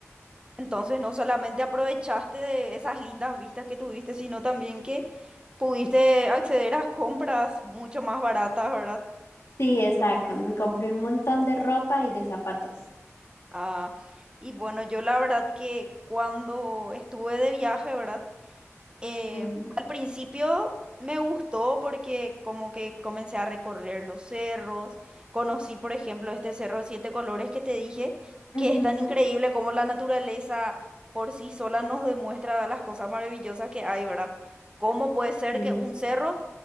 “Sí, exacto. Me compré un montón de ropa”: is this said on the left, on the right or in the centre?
Left